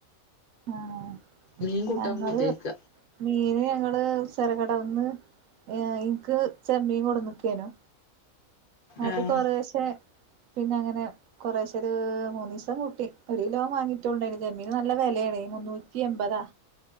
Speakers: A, on the right (about 75°); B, on the left (about 45°).
A: ആഹ്
B: മീൻ കൂട്ടാൻ
A: ഞങ്ങൾ
B: പൂതിയായിക്ക
A: മീന് നിങ്ങള് ചെറുകടവ്ന്ന് ഇക്ക് ചെമ്മീൻ കൊണ്ട്നിക്കേനു അത്
B: ആഹ്
A: കൊറെശെ പിന്നെ അങ്ങനെ കുറേശെ ഒരു മൂന്നിസം കൂട്ടി ഒരു കിലോം വാങ്ങിട്ടണ്ടായിരുന്നു ചെമ്മീന് നല്ല വിലയാണ് മുന്നൂറ്റി എമ്പതാ